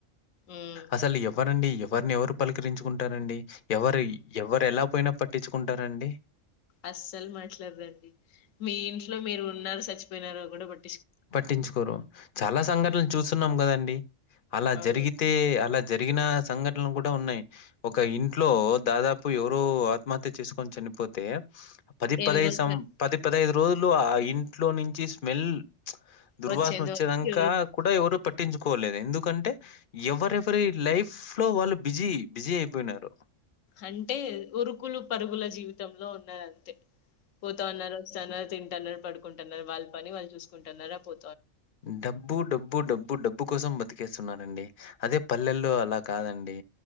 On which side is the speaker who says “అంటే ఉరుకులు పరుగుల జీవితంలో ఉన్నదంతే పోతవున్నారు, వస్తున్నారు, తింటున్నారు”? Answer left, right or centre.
Left